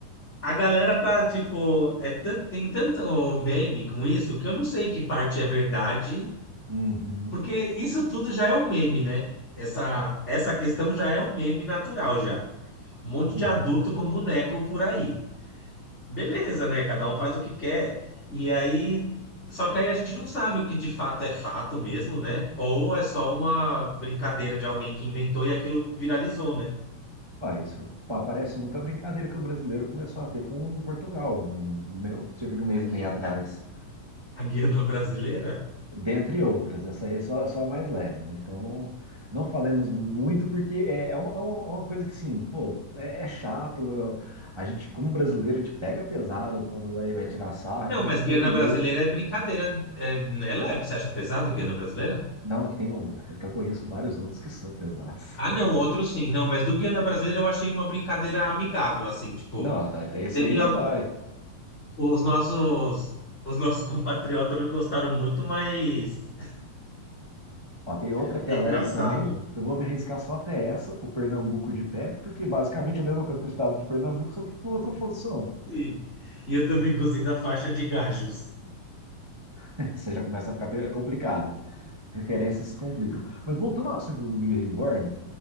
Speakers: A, on the left (about 20°); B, on the right (about 30°).
A: a galera tá, tipo, é tan- tem tanto meme com isso que eu não sei que parte é verdade,
B: Uhum,
A: porque isso tudo já é um meme, né? Essa, essa questão já é um meme natural, já. Um monte
B: uhum.
A: de adulto com boneco por aí. beleza, né? Cada um faz o que quer. E aí, só que aí a gente não sabe o que de fato é fato mesmo, né? Ou é só uma brincadeira de alguém que inventou e aquilo viralizou, né?
B: Ah, isso pa- parece muito a brincadeira que o brasileiro começou a ter com Portugal, um, um- cerca de um mês
A: A, gui-
B: e meio atrás.
A: a, a Guiana brasileira?
B: dentre outras. Essa aí é só, só a mais leve, né? Então, não falemos muito, porque é, é, uma, é uma é uma coisa que, assim, pô, é, é chato. eu- a gente, como brasileiro, a gente pega pesado quando vai, vai tirar sarro.
A: Não,
B: Então,
A: mas
B: os
A: Guiana
B: portugueses.
A: brasileira é brincadeira, é, é leve. Você acha pesado Guiana brasileira?
B: Não, é que tem um, é que eu conheço vários outros que são pesados.
A: Ah, não,
B: <laughs>
A: outro sim. Não, mas do Guiana brasileira eu achei uma brincadeira amigável, assim, tipo,
B: Não, até até esse
A: teve
B: ainda
A: al-
B: vai.
A: os nossos os nossos compatriotas não gostaram muito, mas
B: Ó, tem
A: <laughs>
B: outra que é
A: é engraçado.
B: leve também, que eu vou me arriscar só até essa, o Pernambuco de pé, porque basicamente é a mesma coisa que o estado de Pernambuco, só que com outra função.
A: Sim. E eu também gostei da faixa de gajos.
B: É, <laughs> você já começa a ficar pe- complicado. Referências complicam. Mas voltando ao assunto do Bill Reborn,